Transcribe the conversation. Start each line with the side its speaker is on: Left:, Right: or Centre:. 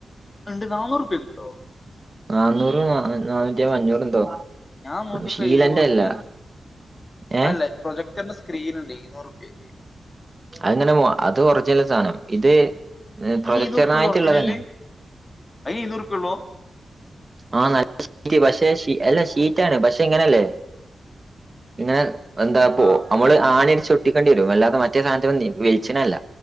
Left: രണ്ട് നാന്നുറുപേക്കൊണ്ടോ
Right: നാന്നൂറ് നാന്നൂറ്റിയൻ അഞ്ഞൂറ് എന്തോ
Left: ഞാൻ നോക്കിയപ്പോ
Right: ഷീലന്റെ
Left: എഴുന്നൂറ് റുപ്പ്യേനി
Right: അല്ല ഏ
Left: അതല്ലേ പ്രൊജക്ടറിന്റെ സ്ക്രീൻ ഉണ്ട് ഇരുന്നൂറുപ്യക്ക്.
Right: അത് എങ്ങനെ അത് ഒർജിനൽ സാനം ഇത്
Left: അയിന്
Right: പ്രൊജക്ടറിനായിട്ടുള്ളത്
Left: ഇരുന്നൂറുപ്യ ഉള്ളു ഒറിജിനല്
Right: തന്നെ
Left: അയിന് ഇരുന്നുറുപ്യ ഉള്ളോ?
Right: ആഹ് നല്ല ഷിറ്റ് പഷേ അല്ല ഷീറ്റാണ് പഷേ ഇങ്ങനല്ലേ ഇങ്ങനെ എന്താപ്പോ
Left: ആഹ്
Right: നമ്മള് ആണിഅടിച്ച് ഒട്ടിക്കണ്ടി വരും. അല്ലാതെ മറ്റേ സാനത്തിന് വെലിച്ചണല്ല.